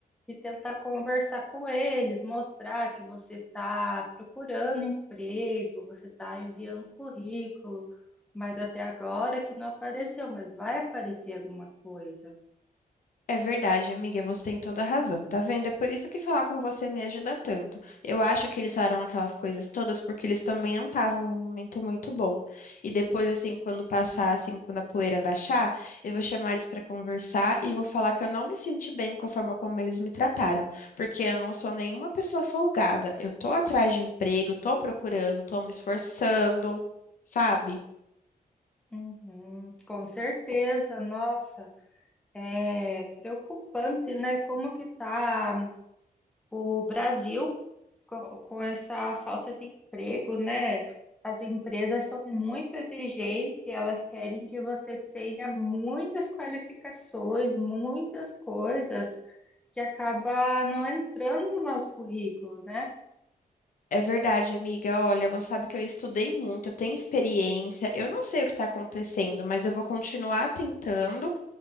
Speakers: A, in the centre; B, on the left.
A: e tentar conversar com eles, mostrar que você está procurando emprego, você está enviando currículo, mas até agora que não apareceu, mas vai aparecer alguma coisa.
B: É verdade, amiga, você tem toda a razão, tá vendo? É por isso que falar com você me ajuda tanto. Eu acho que eles falaram aquelas coisas todas porque eles também não estavam num momento muito bom. E depois, assim, quando passar, assim, quando a poeira baixar, eu vou chamar eles pra conversar e vou falar que eu não me senti bem com a forma como eles me trataram, porque eu não sou nenhuma pessoa folgada. Eu tô atrás de emprego, tô procurando, tô me esforçando, sabe?
A: Uhum, com certeza, nossa, é preocupante, né? Como que tá o Brasil co- com, essa falta de emprego, né? As empresas são muito exigentes, elas querem que você tenha muitas qualificações, muitas coisas que acaba não entrando no nosso currículo, né?
B: É verdade, amiga. Olha, você sabe que eu estudei muito, eu tenho experiência. Eu não sei o que está acontecendo, mas eu vou continuar tentando